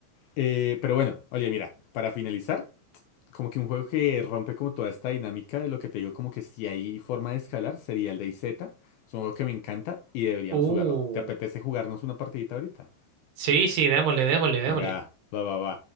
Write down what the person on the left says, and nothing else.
Eh, pero bueno, oye, mira, para finalizar, como que un juego que rompe como toda esta dinámica de lo que te digo, como que si hay forma de escalar, sería el DayZ. Es un juego que me encanta y deberíamos
jugarlo. ¿Te apetece jugarnos una partidita ahorita?
Venga, va, va, va.